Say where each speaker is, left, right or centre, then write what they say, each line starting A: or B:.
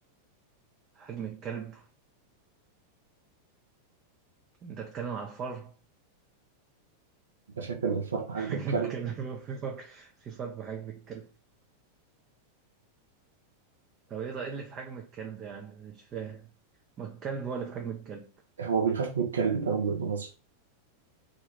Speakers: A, on the right; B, on the right.
A: حجم الكلب؟ أنت بتتكلم على الفار؟
B: انت شايف ان الفرق
A: <laughs>
B: حجم
A: حجم
B: الكلب
A: الكلب في فار في فار بحجم الكلب طب إيه ده إيه اللي في حجم الكلب يعني؟ مش فاهم ما الكلب هو اللي في حجم الكلب
B: هو بيخاف من الكلب كمان بالمناسبة